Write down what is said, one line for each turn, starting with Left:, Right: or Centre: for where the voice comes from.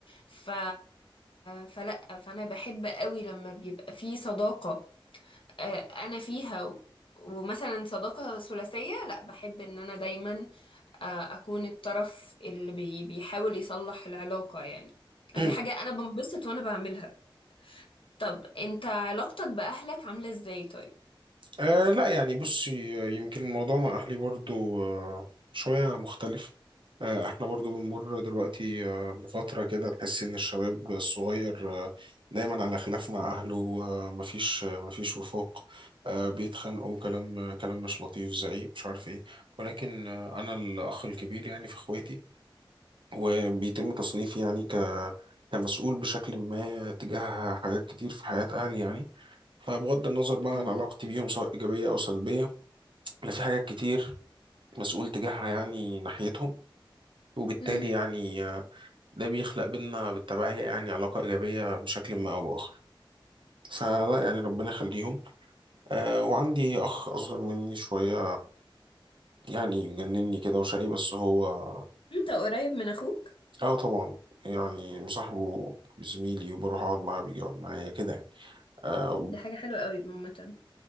Left: ف فلا فانا بحب قوي لما بيبقى في صداقة آه، انا فيها و- ومثلا صداقة ثلاثية لا بحب ان انا دايما آه، اكون الطرف اللي بي- بيحاول يصلح العلاقة يعني
Right: مهم.
Left: دي حاجة انا بنبسط وانا بعملها طب انت علاقتك بأهلك عاملة ازاي طيب
Right: أه لا يعني بصي آه، يمكن الموضوع مع أهلي برضو أه شوية مختلف أه احنا برضو بنمر دلوقتي أه بفترة كده تحس إن الشباب الصغير أه دايما على خلاف مع أهله أه مفيش آه، مفيش وفاق أه بيتخانقوا كلام آه، كلام مش لطيف زعيق مش عارف إيه ولكن أه أنا الأخ الكبير يعني في إخواتي وبيتم تصنيفي يعني ك كمسؤول بشكل ما تجاه حاجات كتير في حياة أهلي يعني فبغض النظر بقى
Left: مم.
Right: عن علاقتي بيهم سواء إيجابية أو سلبية أنا في حاجات كتير مسؤول تجاهها يعني ناحيتهم وبالتالي
Left: مم.
Right: يعني آه، ده بيخلق بينا بالتبعية يعني علاقة إيجابية بشكل ما أو بآخر فلا يعني ربنا يخليهم أه وعندي أخ أصغر مني شوية يعني مجنني كده وشقي بس هو
Left: انت قريب من اخوك
Right: اه طبعا يعني مصاحبه زميلي وبروح أقعد معاه بيجي يقعد معايا كده يعني آه،
Left: دي حاجة حلوة قوي عامة